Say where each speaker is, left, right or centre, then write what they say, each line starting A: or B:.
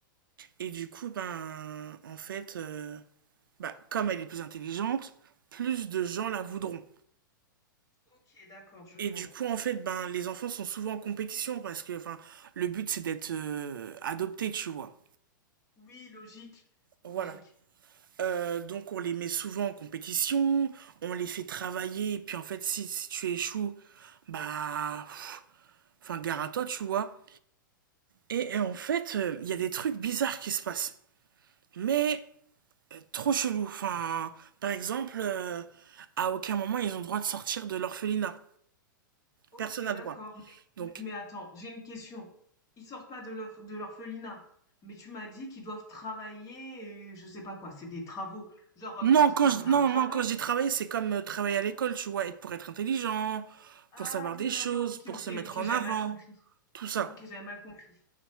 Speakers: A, on the right; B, on the left.
A: Et du coup, ben, en fait, euh, bah, comme elle est plus intelligente, plus de gens la voudront.
B: Ok, d'accord, je
A: Et
B: vois.
A: du coup, en fait, ben, les enfants sont souvent en compétition parce que, enfin, le but c'est d'être euh, adopté, tu vois.
B: Oui, logique,
A: Voilà.
B: logique.
A: Euh, donc on les met souvent en compétition, on les fait travailler, et puis en fait, si, si tu échoues, bah, pff, enfin, gare à toi, tu vois. Et, et en fait, il euh, y a des trucs bizarres qui se passent. Mais trop chelou. Enfin, par exemple, euh, à aucun moment ils ont le droit de sortir de l'orphelinat.
B: Ok,
A: Personne n'a le
B: d'accord.
A: droit. Donc,
B: Mais, mais attends, j'ai une question. Ils sortent pas de leur de l'orphelinat, mais tu m'as dit qu'ils doivent travailler, et je sais pas quoi, c'est des travaux, genre euh,
A: non,
B: comme
A: quand
B: quand
A: je,
B: t'as
A: non,
B: un travail.
A: non, quand je dis travailler, c'est comme euh, travailler à l'école, tu vois, être pour être intelligent,
B: Ah
A: pour savoir des
B: oui,
A: choses,
B: d'accord, ok,
A: pour
B: ok,
A: se mettre
B: ok,
A: en
B: j'avais
A: avant,
B: mal compris.
A: tout ça.
B: Ok, j'avais mal compris.